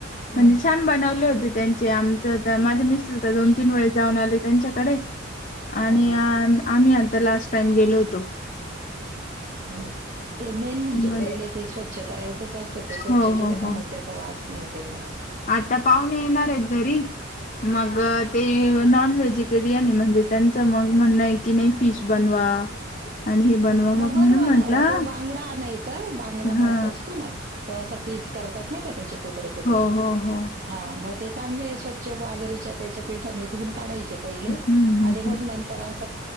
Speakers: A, on the right; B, on the left.
A: हा
B: म्हणजे छान बनवले होते त्यांचे आमच माझे मि दोन तीन वेळे जाऊन आले त्यांच्याकडे आणि
A: हा.
B: आम्ही आता लास्ट टाईम गेलो होतो.
A: हो. ते मेन म्हणजे
B: मग
A: पहिले ते स्वच्छ करायचंच असतं ते स्वच्छ
B: हो
A: केलं
B: हो
A: का
B: हो
A: मग त्याचा वास नाही येत एवढं मग
B: आता पाहुणे येणार आहेत घरी मग ते नॉन व्हेजिटेरियन म्हणजे त्यांच मग म्हणं आहे की नाही फिश बनवा. आणि हे
A: मग बनवा
B: म्हणून म्हंटलं
A: नावा तो बांगडा आणायचा बांगडा
B: हा
A: म असतो ना त अस पीस करतात नाही का त्याच्या तुकडे तुकडे
B: हो हो हो
A: हा मग ते चांगले स्वच्छ बाजरीच्या त्याच्या पीठानेधून काढायचे.
B: हम्म हम्म
A: मग नंतर अस